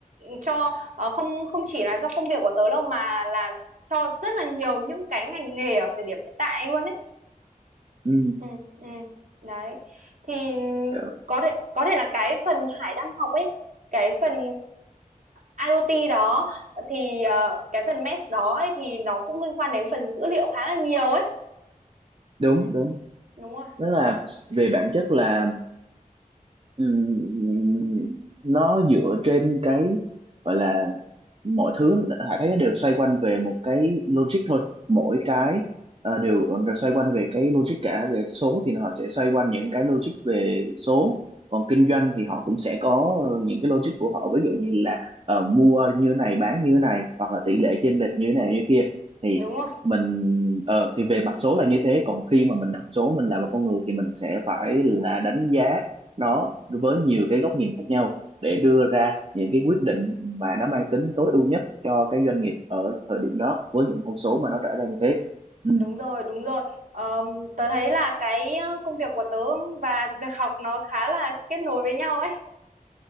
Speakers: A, on the right; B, on the right.
A: cho ờ, không không chỉ là do công việc của tớ đâu mà là cho rất là nhiều những cái ngành nghề ở thời điểm hiện tại luôn ấy
B: ừ.
A: ừ ừ đấy thì
B: Ờ,
A: có thể có thể là cái phần Hải đang học ấy cái phần ờ, IoT đó thì ờ, cái phần MES đó ấy thì nó cũng liên quan đến phần dữ liệu khá là nhiều ấy
B: đúng
A: ừ
B: đúng
A: đúng rồi
B: tức
A: đó
B: là về bản chất là Ừm, nó dựa trên cái gọi là mọi thứ Hải thấy nó đều xoay quanh về một cái logic thôi mỗi cái
A: ừ
B: ờ, đều, ờ, đều xoay quanh về cái logic cả về số thì họ sẽ xoay quanh những cái logic về số còn kinh
A: ừ
B: doanh thì họ cũng sẽ có ờ, những cái logic của họ ví dụ như là ờ, mua như thế này bán như thế này hoặc là tỷ lệ chênh lệch như thế này như kia thì
A: đúng rồi
B: mình ờ thì về mặt số là như thế còn khi mà mình đọc số mình là một con người thì mình sẽ phải là đánh giá nó với nhiều cái góc nhìn khác nhau để đưa
A: Ừ,
B: ra những cái quyết định mà nó mang tính tối ưu nhất cho cái doanh nghiệp ở thời điểm đó với những con số mà nó trải ra như thế ừ.
A: đúng rồi đúng rồi Ờm, tớ thấy là cái ờ, công việc của tớ và việc học nó khá là kết nối với nhau ấy